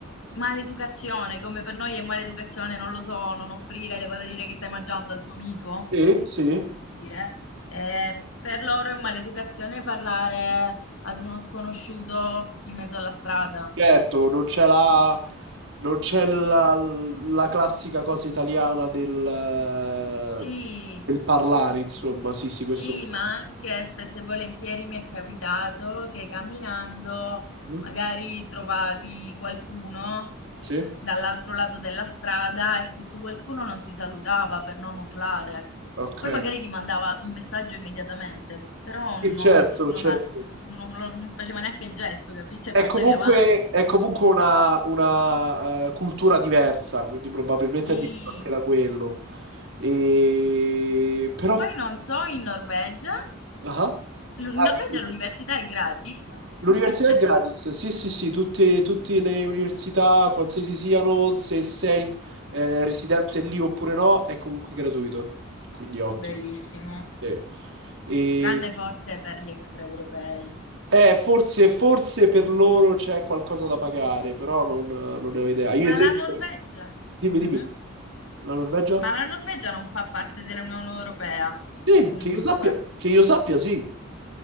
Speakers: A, on the left; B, on the right.
A: maleducazione, come per noi è maleducazione, non lo so, non offrire le patatine che stai mangiando al tuo amico,
B: Sì, sì.
A: dire. Eh, per loro è maleducazione parlare ad uno sconosciuto in mezzo alla strada.
B: Certo, non c'è la, non c'è la, la classica cosa italiana del, eh,
A: Sì.
B: del parlare, insomma. Sì, sì, questo
A: Sì,
B: lo so.
A: ma anche spesso e volentieri mi è capitato che camminando
B: Mhm.
A: magari trovavi qualcuno
B: Sì,
A: dall'altro lato della strada e questo qualcuno non ti salutava per non urlare.
B: ok.
A: Poi magari ti mandava un messaggio immediatamente, però
B: Sì,
A: non,
B: certo,
A: ti- non
B: certo.
A: ha- non lo- non faceva neanche il gesto, capisci? Cioè
B: È
A: passavi
B: comunque,
A: avanti.
B: è comunque una, una, eh, cultura diversa, quindi probabilmente
A: Sì.
B: è diverso anche da quello. E... Però...
A: Poi non so, in Norvegia,
B: ah,
A: in
B: ah,
A: Norvegia
B: dici
A: l'università
B: tu.
A: è gratis,
B: L'università
A: in Svezia
B: è gratis,
A: sì.
B: sì, sì, sì, tutte, tutte le università, qualsiasi siano, se sei eh, residente lì oppure no, è comunque gratuito, quindi è ottimo.
A: Bellissimo.
B: Sì. E...
A: tranne forse per gli extraeuropei.
B: Eh, forse, forse per loro c'è qualcosa da pagare, però non, non ne ho idea. Io
A: Ma
B: esempio...
A: la Norvegia?
B: Dimmi,
A: Mhm.
B: dimmi. La Norvegia?
A: Ma la Norvegia non fa parte dell'Unione Europea,
B: Sì,
A: comunque.
B: che io sappia, che io sappia, sì.